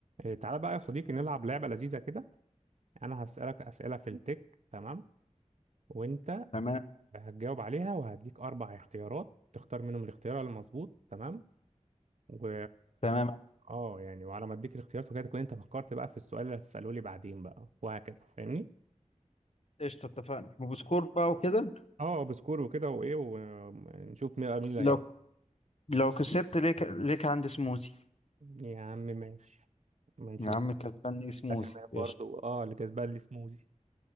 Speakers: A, on the right; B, on the left.
A: إيه، تعالى بقى يا صديقي نلعب لعبة لذيذة كده أنا هسألك أسئلة في التك تمام وأنت
B: تمام
A: هتجاوب عليها وهديك أربع اختيارات تختار منهم الاختيار المظبوط تمام و
B: تمام
A: اه يعني وعلى ما اديك الاختيارات وكده تكون انت فكرت بقى في السؤال اللي هتسأله لي بعدين بقى وهكذا فاهمني؟
B: قشطة اتفقنا وبسكور بقى وكده
A: اه بسكور وكده وايه ونشوف مين مين اللي
B: لو
A: هيكسب
B: لو كسبت ليك ليك عندي سموزي
A: يا عم ماشي ما نشوف
B: يا عم كسبان لي سموزي
A: التكمل
B: قشطة
A: برضه اه اللي كسبان لي سموزي